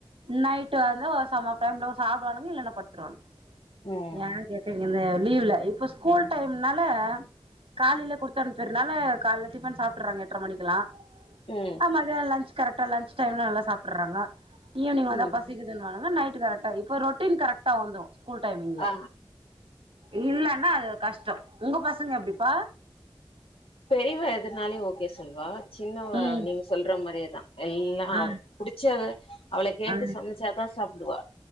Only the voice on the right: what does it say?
நைட்டு வந்து ஒரு சம் ஆப் டைம்ல சாப்டுவானுங்க இல்லனா படுத்துருவானுக
ஏ கேட்டிங்கனு லீவ்ல இப்ப ஸ்கூல் டைம்னால காலில குடுத்தன்ப்பிர்னால கால்ல டிஃபன் சாப்ட்டிர்றாங்க எட்ர மணிக்குலா
அ மதியான லஞ்ச் கரட்டா லஞ்ச் டைம்ல நல்லா சாப்ட்டிர்றாங்க ஈவ்னிங் வந்தா
பசிக்குதுன்வாங்க இல்னா நைட்டு கரட்டா இப்ப ரொட் டின் கரட்டா வந்துரு ஸ்கூல் டைம்ல
இல்லனா அது கஷ்ட உங்க பசங்க எப்டிப்பா
ம்
ஆ
ஆ